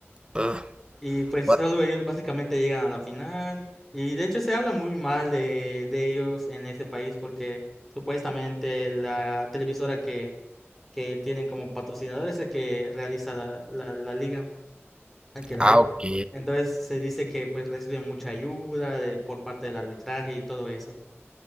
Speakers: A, on the right; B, in the centre.
A: Ugh,
B: Y pues
A: what?
B: solo ellos básicamente llegan a la final. Y de hecho se habla muy mal de, de ellos en este país porque supuestamente la televisora que, que tienen como patrocinador es el que realiza la, la, la liga, el que la
A: Ah,
B: ve.
A: ok.
B: Entonces se dice que pues reciben mucha ayuda de- por parte del arbitraje y todo eso.